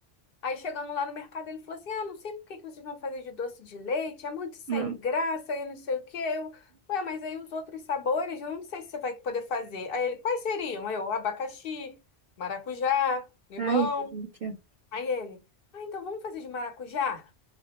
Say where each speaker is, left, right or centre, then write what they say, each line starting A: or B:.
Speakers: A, on the left; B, on the right.
A: Aí chegando lá no mercado, ele falou assim: Ah, não sei por que que vocês vão fazer de doce de leite, é muito sem
B: Hum.
A: graça e não sei o quê. Eu, Ué, mas aí os outros sabores, eu não sei se você vai poder fazer. Aí ele, quais seriam? Aí Eu, abacaxi, maracujá, limão.
B: Ai, que delícia.
A: Aí ele, ah, então vamos fazer de maracujá?